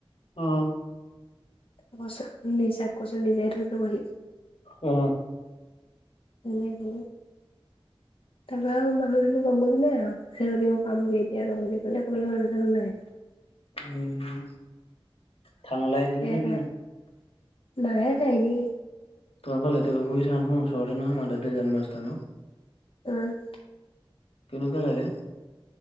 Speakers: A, on the left; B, on the left.
A: অ
B: কচ নিজাক কচোন নিজাই থৈ যাবহি
A: উ
B: তেনেকে তাৰ পৰাৰা আৰু মানুহ জানো গম বুজি নেবি মই পামগে এতিয়া ৰ বুলি ক'লে ক মানুহ জানো নাই
A: উম থানালৈ আহিছিলে
B: এটা
A: নে কিনো
B: নাই নাইনি
A: তোমালৰ লেুুৰ থাননৰ ওচৰতে নহয় মাধৱেৱ জমস্থানত
B: উম
A: কেনেকুৱা লাগে